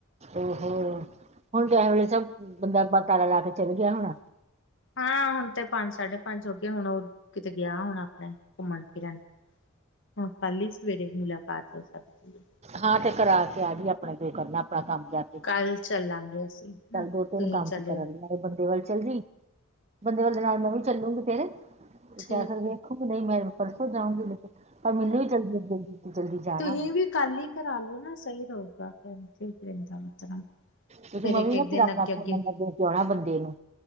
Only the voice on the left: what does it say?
ਹਾਂ ਹੁਣ ਤੇ ਪੰਜ ਸਾਢੇ ਪੰਜ ਹੋ ਗਏ ਹੁਣ ਉਹ ਕਿਤੇ ਗਿਆ ਹੋਣਾ ਆਪਣੇ ਘੁੰਮਣ ਫਿਰਨ ਹੁਣ ਕੱਲ ਈ ਸਵੇਰੇ ਮੁਲਾਕਾਤ ਹੋ ਸਕਦੀ ਏ।
ਕੱਲ ਚੱਲਾਂਗੇ ਅਸੀਂ। ਨਾ
ਤੁਸੀਂ
ਚਲਿਓ
ਠੀਕ
ਹੈ
ਤੁਹੀ
ਵੀ ਕੱਲ ਈ ਕਰਾਲੋ ਨਾ ਸਈ ਰਓਗਾ ਫੇਰ <unintelligible> ਤਰਾ
ਫੇਰ
ਇੱਕ-ਇੱਕ
ਦਿਨ
ਅੱਗੇ-ਅੱਗੇ